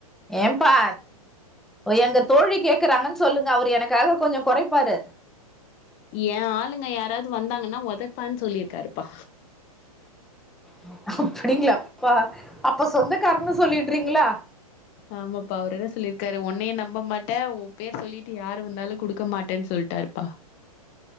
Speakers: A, in the centre; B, on the left (about 35°).
A: ஏம்ப்பா, எங்க தோழி கேக்குறாங்கன்னு சொல்லுங்க அவரு எனக்காக கொஞ்ச கொறைப்பாரு
B: ஏ ஆளுங்க யாராவது வந்தாங்கன்னா ஒதப்பன்னு சொல்லிருக்காருப்பா
A: <inaudible> அப்டிங்ளாப்பா அப்ப சொந்தக்காரன்னு சொல்லிட்றீங்களா
B: ஆமப்பா அவரு என்ன சொல்லிருக்காரு ஒன்னயு நம்ப மாட்டே ஓ பேரு சொல்லிட்டு யாரு வந்தாலு குடுக்க மாட்டேன்னு சொல்ட்டாருப்பா